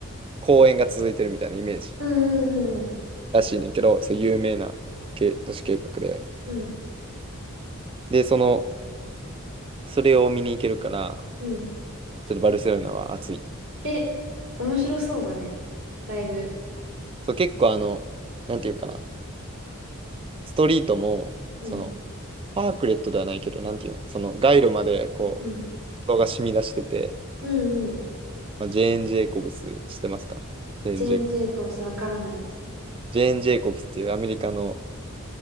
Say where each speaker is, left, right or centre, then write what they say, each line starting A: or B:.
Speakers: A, on the right; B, on the right.
A: 公園が続いてるみたいなイメージ
B: うんうん
A: らしいねんけど、そう有名なけ都市計画で。
B: うんうん。うん
A: で、その、それを見に行けるから、
B: うん。
A: ちょっとバルセロナは暑い。
B: え、面白そうだね。だいぶ。
A: そう、結構あの、なんていうかな。ストリートも、
B: うん。
A: その、パークレットではないけど、なんていうの、その、街路まで、こう、
B: うん。
A: 人が染み出してて、
B: うんうん。
A: まあ、ジェーン・ジェイコブスしてますかジェーン・
B: 全然よくさ、
A: ジェイコブス。
B: わからないですね。
A: ジェーン・ジェイコブスっていうアメリカの、